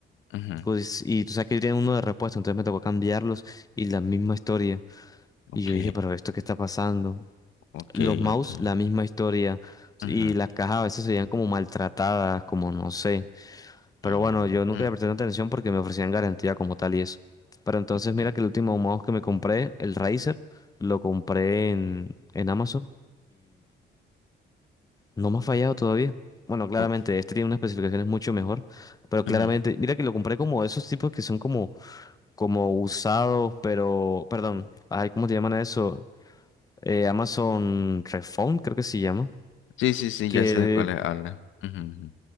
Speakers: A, on the left; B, on the left.
A: ujú,
B: Pues, y tú sabes que yo tenía uno de repuesto, entonces me tocó cambiarlos y la misma historia.
A: Ok,
B: Y yo dije, pero ¿esto qué está pasando?
A: ok,
B: Los mouse,
A: ok.
B: la misma historia.
A: ujú,
B: Y las cajas a veces se veían como maltratadas, como no sé. Pero
A: ujú,
B: bueno, yo nunca le presté tanta atención porque me ofrecían garantía como tal y eso. Pero entonces
A: ok,
B: mira que el último mouse que me compré, el Razer, lo compré en, en Amazon. No me ha fallado todavía. Bueno, claramente,
A: o-
B: este tiene unas especificaciones mucho mejor, pero claramente,
A: ujú.
B: mira que lo compré como esos tipos que son como, como usados, pero, perdón, ay, ¿cómo te llaman a eso? Eh, Amazon Refund, creo que se llama.
A: Sí, sí, sí,
B: Que,
A: ya sé de cuál habla. Ujú,